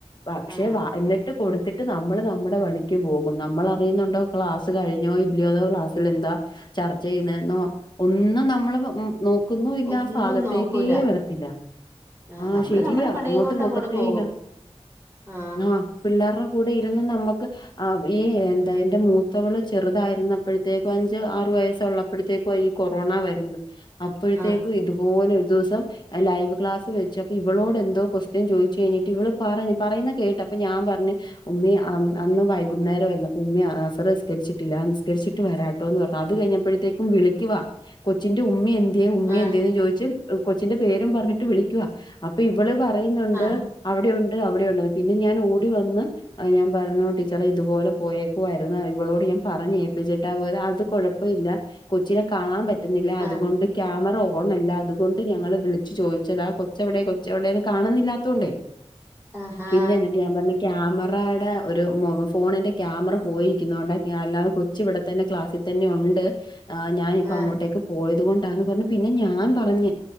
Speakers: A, on the left; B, on the right.
A: പക്ഷെ
B: ആ
A: വ എന്നി ട്ട് കൊടുത്തിട്ട് നമ്മള് നമ്മുടെ പണിക്ക് പോകും നമ്മൾ അറിയുന്നുണ്ടോ ക്ലാസ് കഴിഞ്ഞോ ഇ ഇരുവതോ ക്ലാസ്സിൽ എന്താ ചർച്ച ചെയ്യുന്നെന്നോ ഒന്നും നമ്മള് മം നോ ക്കുന്നോല്ല
B: ഒന്നും
A: ആ ഭാഗത്തേക്കേ
B: നോക്കൂല
A: വരത്തില്ല
B: ആ
A: ആഹ്
B: നമ്മള്
A: ശരിയാ
B: നമ്മടെ പണിയും
A: അങ്ങോട്ട്
B: കൊണ്ട്
A: നോക്ക ത്തെയില്ല
B: പോകും ആ
A: ആഹ് പിള്ളാറ കൂടെ ഇരുന്ന്
B: ആ
A: നമ്മക്ക് ആ ഈ എന്താ എന്റ മൂത്തവള് ചെറുതായിര്ന്നപ്പഴ്ത്തേക്ക് അഞ്ച് ആറ് വയസ്സുള്ള പ്പഴ്ത്തേക്കുവാ ഈ കൊറോണ വെരുന്നത് അപ്പഴ്ത്തേക്ക്
B: ആ
A: ഇതുപോല ഒര് ദവസം ലൈവ് ക്ലാസ് വെച്ചപ്പ ഇവളോടെന്തോ കൊസ്റ്റ്യൻ ചോയ് ചെയ്ച്ചിട്ട് ഇവള് പറഞ്ഞ് പറെയുന്ന കേട്ട് അപ്പ ഞാം പറഞ്ഞ് ഉമ്മീഅന്ന് അന്ന് വൈകുന്നേരവാര്ന്നു അപ്പ ഉമ്മീ അസറ് നിസ്കരിച്ചിട്ടില്ല നിസ്കരിച്ചിട്ട് വരാ ട്ടോന്ന് പറഞ്ഞ് അത് കഴിഞ്ഞപ്പഴ്ത്തേക്കും വിളിക്കുവ കൊച്ചിന്റ ഉമ്മീ എന്തിയെ ഉമ്മീ
B: ആ
A: എന്തിയെന്ന് ചോദിച്ച് കൊച്ചിന്റ പേരും പറഞ്ഞിട്ട് വിളിക്കുവ അപ്പ ഇവള് പറയ്ന്നുണ്ട്
B: ആ
A: അവിടെ ഉണ്ട് അവിടെ ഉണ്ടെന്ന് പിന്ന ഞാനോടി വന്ന് അത് ഞാം പറഞ്ഞു ടീച്ചറെ ഇത്പോല പോയേക്കുവാര്ന്ന് ഇവളോട് ഞാൻ പറഞ്ഞെപ്പിച്ചിട്ടാ പോയത് അത് കൊഴ പ്പഇല്ല കൊച്ച്‌നെ കാണാം പറ്റ്ന്നില്ല അത്കൊണ്ട്
B: ആ
A: ക്യാമ റഓണല്ല അത്കൊണ്ട് ഞങ്ങള് വിളിച്ച്‌ ചോദിച്ചതാ കൊച്ചെവ്ടെ കൊച്ചെവ്ടെന്ന് കാണുന്നില്ലാതൊണ്ടേ
B: ആ ആ
A: പിന്ന എന്നിട്ട് ഞാം പറഞ്ഞ് ക്യാമറാടെ ഒരു മുഖ ഫോണിന്റ ക്യാമറ പോയ്രിക്ക്ന്നോണ്ട ക്യാ അല്ലാത കൊ ച്ച്‌ ഇവടത്തന്നെ ക്ലാസ്സി തന്നെ ഒണ്ട് ആ ഞാനിപ്പ
B: ആ
A: അങ്ങോട്ടേക്ക് പോയത് കൊ ണ്ടാന്ന് പറഞ്ഞ് പിന്നഞാ പറഞ്ഞ്